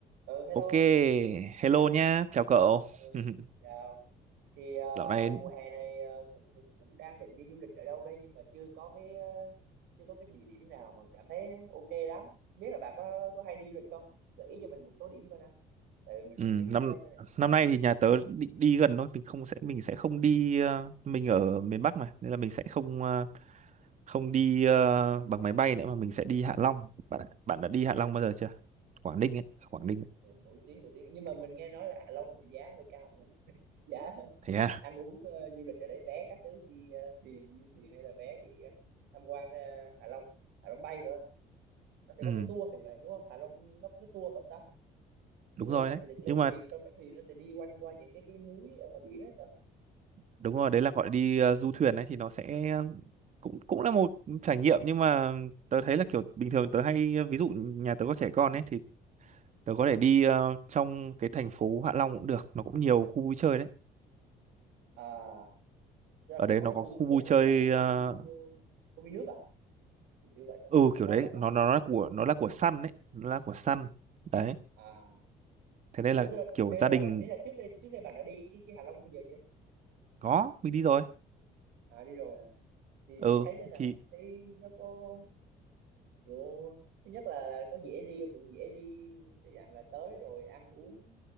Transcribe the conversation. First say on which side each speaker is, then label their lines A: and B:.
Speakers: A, on the right; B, on the right.
A: ừ hello
B: Ok, hello nhá, chào cậu.
A: ừ
B: <laughs>
A: chào thì ờ,
B: Dạo này
A: mùa hè này ờ, cũng cũng cũng đang định đi du lịch ở đâu đây nhưng mà chưa có cái ờ, chưa có cái địa điểm nào mà cảm thấy ok lắm biết là bà có có hay đi du lịch không gợi ý cho mình một số điểm coi nè tại vì mình
B: ừ,
A: cũng chưa biết
B: năm
A: đi đâu đây này
B: năm nay thì nhà tớ định đi gần thôi, mình không sẽ mình sẽ không đi ờ, mình ở miền Bắc mà, nên là mình sẽ không ờ, không đi ờ, bằng máy bay nữa mà mình sẽ đi Hạ Long. Bạn đã- bạn đã đi Hạ Long bao giờ chưa? Quảng Ninh ấy, Quảng Ninh. ấy.
A: nổi tiếng nổi tiếng nhưng mà mình nghe nói là Hạ Long thì giá hơi cao <laughs> giá
B: Thế à?
A: ăn uống ờ, du lịch ở đấy vé các thứ đi ờ, thuyền du thuyền hay là vé đi ờ, tham quan ờ, Hạ Long Hạ Long bay nữa nó sẽ
B: Ừ,
A: có cái tour thì vậy đúng không Hạ Long nó có cái tour phải không ta
B: đúng
A: tour
B: rồi
A: mà
B: đấy.
A: mình được lên
B: Nhưng mà
A: thuyền xong cái thuyền nó sẽ đi quanh qua những cái cái núi ở ngoài biển hết đó
B: đúng rồi, đấy là gọi đi ờ, du thuyền đấy thì nó sẽ ờ, cũng cũng là một trải nghiệm nhưng mà tớ thấy là kiểu bình thường tớ hay ví dụ nhà tớ có trẻ con ấy thì Tớ có thể đi ờ, trong cái thành phố Hạ Long cũng được, nó cũng nhiều khu vui chơi đấy.
A: à tức là
B: Ở
A: cũng
B: đấy
A: có
B: nó
A: cái
B: có
A: khu
B: khu
A: vui
B: vui
A: chơi
B: chơi
A: theo dạng kiểu
B: ờ,
A: uh, công viên nước à kiểu kiểu vậy phải
B: ừ
A: không
B: kiểu
A: water
B: đấy,
A: park
B: nó
A: không
B: nó là của nó là của Sun đấy, nó là của Sun. Đấy.
A: à
B: Thế nên là
A: ủa thế là
B: kiểu
A: đây
B: gia
A: là
B: đình
A: đấy là trước đây trước đây bạn đã đi cái cái Hạ Long của bây giờ chưa
B: có mình đi rồi.
A: à đi rồi à. thì
B: Ừ
A: thì thấy thế nào
B: thì
A: thấy nó có kiểu thứ nhất là, là có dễ đi không kiểu dễ đi thì dạng là tới rồi ăn uống